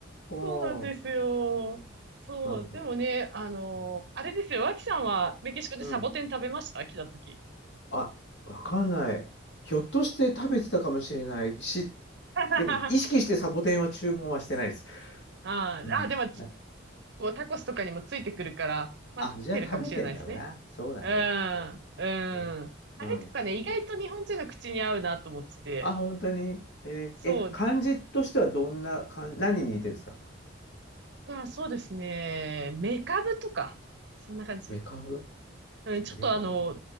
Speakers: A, on the left; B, on the right.
A: ああ、
B: そうなんですよ。
A: えー
B: そう。
A: なるほど。
B: でもね、あのあれですよ。
A: うん。
B: 脇さんはメキシコでサボテン食べました来た時。
A: うんあ、わかんない。ひょっとして食べてたかもしれないし、
B: <laughs> あ
A: でも意識してサボテンは注文はしてないです。
B: あ、
A: うん。
B: ああ、でも、
A: な
B: こうタコスとかにもついてくるから、待ってるかもしれないですね。
A: あ、じゃあ食べてんだろうな。そうだね。
B: うん、うん。
A: ねうん。
B: あれとかね、意外と日本人の口に合うなと思ってて。
A: あ、本当に。えーえ、
B: そう。
A: 漢字としてはどんな漢、何に似てるんですか
B: なんか、そうですね。メカブとか。そんな感じ。
A: メカブ
B: うん、ちょっとあの、
A: メカブ。